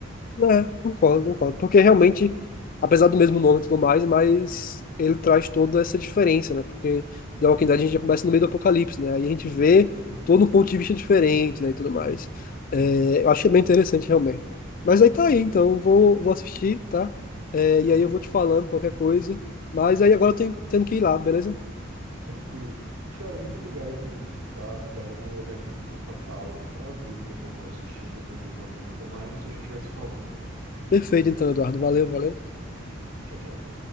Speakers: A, on the left (about 45°); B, on the right (about 80°).
A: É, concordo, concordo. Porque realmente, apesar do mesmo nome e tudo mais, mas ele traz toda essa diferença, né? Porque The Walking Dead a gente já começa no meio do apocalipse, né? Aí a gente vê
B: Uhum,
A: todo um ponto de vista diferente, né? E tudo mais. É,
B: uhum,
A: eu achei bem interessante, realmente. Mas aí tá aí, então vou, vou assistir, tá? É,
B: uhum.
A: e aí eu vou te falando qualquer coisa. Mas aí agora eu tenho, tendo que ir lá, beleza?
B: Tranquilo. Tiago, muito obrigado aí por ter me escutado, tá? Eu vou olhar aqui o meu catálogo para ver o que é que eu vou assistir, ainda tô meio na dúvida, mas a gente vai se falando.
A: Perfeito, então, Eduardo. Valeu, valeu.
B: Tchau, tchau.